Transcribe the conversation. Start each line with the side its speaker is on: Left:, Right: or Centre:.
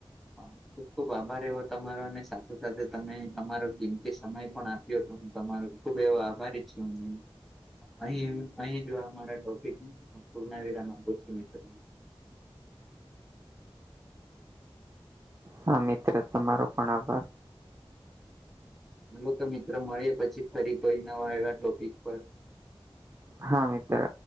Centre: હ ખુબ ખુબ આભાર એવો તમારો ને સાથે તમે તમારો કીમતી સમય પણ આ <unintelligible> હું તમારો ખુબ એવો આભારી છું મે અહી અહી જો આ મારાને ટોપિક પૂર્ના વિરામ આપું છું મિત્ર
Right: હા મિત્ર તમારો પણ આભાર
Centre: <unintelligible> તો મિત્રો મળીયે પછી ફરી કોય નવા એવા ટોપિક પર
Right: હા મિત્ર.